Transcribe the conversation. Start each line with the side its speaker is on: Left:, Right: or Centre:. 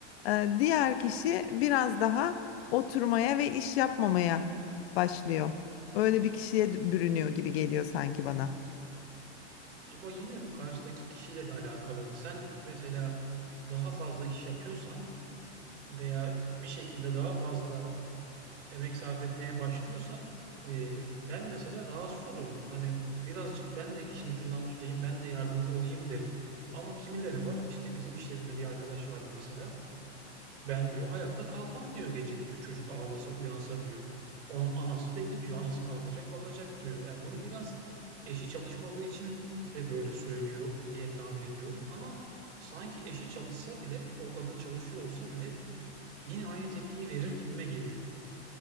Left: e, diğer kişi biraz daha oturmaya ve iş yapmamaya başlıyor. Öyle bir kişiye d- bürünüyor gibi geliyor sanki bana.
Right: Ama yine bu karşıdaki kişiyle de alakalı. Sen mesela daha fazla iş yapıyorsan veya bir şekilde daha fazla emek sarf etmeye başlıyorsan e, ben mesela rahatsız olurum. Yani birazcık ben de işin ucundan tutayım, ben de yardımcı olayım derim. Ama kimileri var işte bizim işlerinde bir arkadaş vardı mesela. Ben diyor hayatta kalkmam diyor gece diyor çocuk ağlasa uyansa diyor. Onun anası belli diyor. Anası kalkacak bakacak diyor. Yani bunu biraz eşi çalışmadığı için de böyle söylüyor diye tahmin ediyorum. Ama sanki eşi çalışsa bile o kadın çalışıyor olsa bile yine aynı tepkiyi verir gibime geliyor.